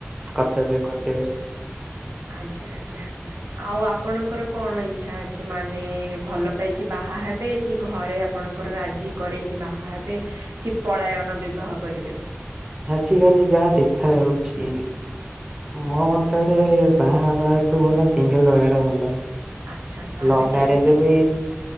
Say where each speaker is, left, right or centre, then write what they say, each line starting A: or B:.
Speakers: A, on the right; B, on the right.
A: କର୍ତ୍ତବ୍ୟ କର୍ତ୍ତବେ
B: ଆଜ୍ଞା ଆଜ୍ଞା ଆଉ ଆପଣଙ୍କର କଣ ଇଚ୍ଛା ଅଛି ମାନେ ଭଲ ପାଇକି ବାହା ହେବେ କି ଘରେ ଆ ଆପଣଙ୍କର ରାଜି କରରେଇକି ବାହା ହେବେ କି ପଳାୟନ ବିବାହ କରିବେ
A: ଆଜିକାଲି ଯାହା ଦେଖା ଯାଉଛି ମୋ ମତରେ ବାହା ବାହା ହବା ଟୁ ଭଲ ସିଙ୍ଗଲ ରହିଁବା ଟା ଭଲ
B: ଆଚ୍ଛା ତାହେଲେ
A: ଲଭ ମ୍ୟାରେଜ
B: କେମିତି
A: ବି